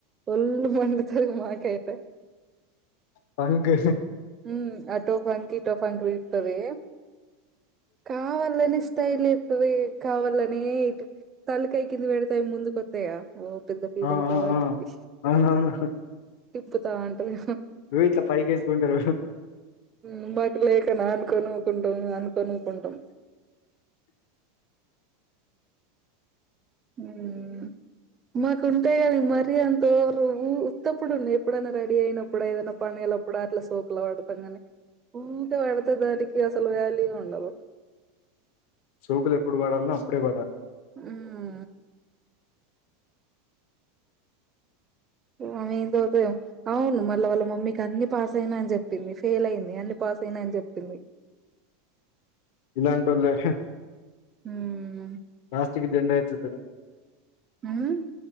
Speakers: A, on the right; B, on the left.
A: వొళ్ళు మండుతాది మాకైతే
B: ఫంకు
A: హ్మ్ అటో ఫంకు ఇటో ఫంకు తిత్తాది కావాలనేస్ తయి లేపవే కావాలనే ఇటు తలకాయ్ కింద పెడితే ముందుకొత్తయా ఓ పెద్ద ఫీల్
B: ఆ
A: అయిపోయ
B: ఆ
A: వాటికి
B: ఆ అవునవును
A: తప్పుతాంటది
B: నువ్వు ఇట్ల పైకి ఎసుకుంటర
A: మ్ బక్ లేకనా అనుకోని ఊకుంటాం అనుకోనిఊకుంటాం మ్ మాకున్ తే కానీ మరీ అంత వోవరు ఉత్తప్పుడు ఎప్పుడైనా రెడీ అయినప్పుడు ఏదనా పనిఎలప్పుడు అట్లా సో కల వడతం గని ఊర్కే వెడితే దాటికి అసలు వ్యాల్యు ఉండదు
B: సోకులు ఎప్పుడు పడాల్నో అప్పుడే పడా
A: హ్మ్ అమీదుకులో అవును మళ్ళీ వాళ్ళ మమ్మీకి అన్ని పాస్ అయిన అని చెప్పింది ఫెయిల్ అయింది అన్ని పాస్ అయిన అని చెప్పింది
B: <inaudible> ఇలాంటోళ్ళ హే
A: హ్మ్
B: లాస్ట్కి జెండా ఎత్తుతారు
A: హ్మ్